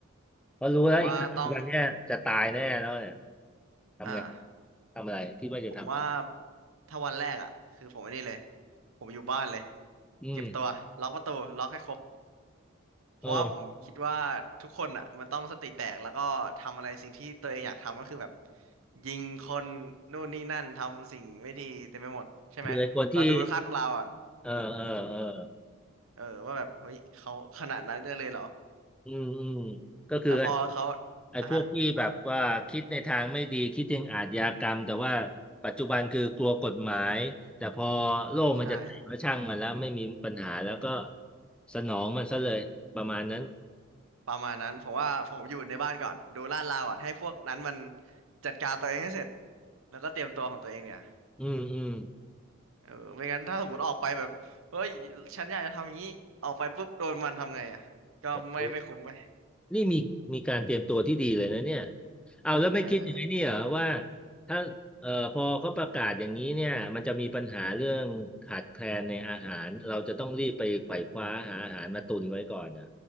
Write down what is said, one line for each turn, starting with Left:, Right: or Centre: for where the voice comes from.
Centre: เพราะรู้แล้วอีกวันเนี้ยจะตายแน่แล้วเนี่ย
Right: ผมว่าต้อง
Centre: ทำไง
Right: อ่า
Centre: ทำอะไรคิดว่าจะทำอะไร
Right: ผมว่าถ้าวันแรกอ่ะคือผมไอันนี้เลยผมอยู่บ้านเลย
Centre: อืม
Right: เก็บตัวล็อกประตูล็อกให้ครบ เพราะว่าผมคิดว่าทุกคนอ่ะมันต้องสติแตกแล้วก็ทำอะไรสิ่งที่ตัวเองอยากทำก็คือแบบ
Centre: เออ
Right: ยิงคนนู่นนี่นั่นทำสิ่งไม่ดีเต็มไปหมดใช่ไหมเราดูคาดเราก่อน
Centre: คือไอ้คนที่เออเออเออ
Right: เออว่าแบบเฮ้ยเขาขนาดนั้นเลยเหรอ
Centre: อืมอืมก็คือ
Right: แล้วพอเขา
Centre: ไอ้พวกที่แบบว่าคิดในทางไม่ดีคิดถึงอาชญากรรมแต่ว่า
Right: อ่ะฮะ
Centre: ปัจจุบันคือกลัวกฎหมายแต่พอโลกมันจะแตกแล้วช่างมันแล้วไม่มีปัญหาแล้วก็
Right: ใช่
Centre: สนองมันซะเลยประมาณนั้น
Right: ประมาณนั้นผมว่าผมอยู่ในบ้านก่อนดูลาดราวก่อนให้พวกนั้นมันจัดการตัวเองให้เสร็จแล้วก็เตรียมตัวของตัวเองเนี่ย
Centre: อืมอืม
Right: เออไม่งั้นถ้าสมมติออกไปแบบเฮ้ยฉันอยากจะทำอย่างนี้ออกไปปุ๊บโดนมันทำไงอ่ะก็ไม่ไม่คุ้มไป
Centre: โอ้โหนี่มีมีการเตรียมตัวที่ดีเลยนะเนี่ยเอาแล้วไม่คิดอย่างไอ้นี้เหรอว่า
Right: เออ
Centre: ถ้าเอ่อพอเขาประกาศอย่างนี้เนี่ยมันจะมีปัญหาเรื่องขาดแคลนในอาหารเราจะต้องรีบไปไขว่คว้าหาอาหารมาตุนไว้ก่อนนะ